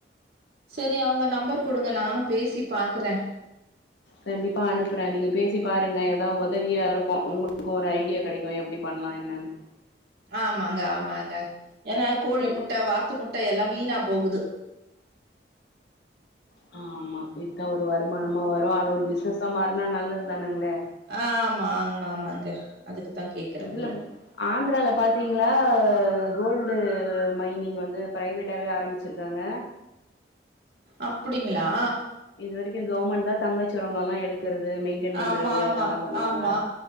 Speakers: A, on the right (about 60°); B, on the left (about 75°).
A: சரி அவங்க நம்பர் குடுங்க நானு பேசி பாக்கறே
B: கண்டிப்பா அனுப்பறே நீங்க பேசி பாருங்க எதாவ் ஒதவியா இருக்கு உங்களுக்கு ஒரு ஐடியா கெடைக்கு எப்டி பண் லா என்னன்னு
A: ஆமாங்க ஆமாங்க எனா கோழி
B: ம்
A: முட்ட, வாத்து முட்ட எல்லா வீணா போகுது
B: ஆ வித்தா ஒரு வருமானமா வரு அது ஒரு பிஸ்னஸா மாறுனா நல்லதுதானங்களே
A: ஆமாங் மாமாங்க அதுக்கு தான் கேக்குறேன்.
B: இதுல
A: உங்கள
B: ஆந்திரால பாத்தீங்ளா கோல்டு மைனிங் வந்து பிரைவேட்டாவே ஆரம்பிச்சிருக்காங்க
A: அப்படிங்களா
B: இது வரைக்கு கவர்மெண்ட் தா தங்கச்சுரங்கல்லா எடு கறது மெயின்டெய்ன் பண்றது
A: ஆமா ஆமா
B: அதல்லா பண்ணுவாங்க
A: ஆமா